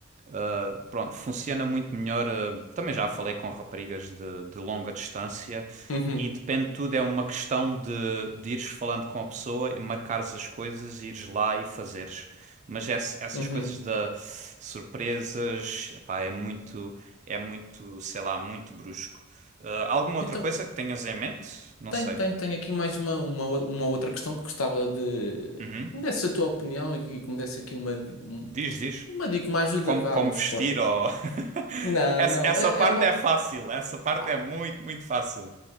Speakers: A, on the right; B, on the left.
A: ah, pronto, funciona muito melhor. ah, também já falei com raparigas de, de longa distância
B: uhum,
A: e depende de tudo, é uma questão de, de ires falando com a pessoa e marcares as coisas, ires lá e fazeres. Mas ess- essas
B: uhum.
A: coisas da surpresas, epá, é muito, é muito, sei lá, muito brusco. Ah, alguma outra
B: Então,
A: coisa que tenhas em mente? Não
B: Tenho,
A: sei.
B: tenho, tenho aqui mais uma, uma, ou- uma outra questão que gostava de
A: Uhum.
B: que me desse a tua opinião e que me desse aqui uma, di- um-
A: Diz, diz.
B: uma dica, uma ajuda,
A: Como,
B: vá,
A: como
B: um
A: vestir
B: suporte.
A: ou... <laughs>
B: Não,
A: Essa,
B: não,
A: essa
B: é,
A: parte
B: é uma,
A: é fácil. Essa parte
B: a-
A: é muito, muito fácil.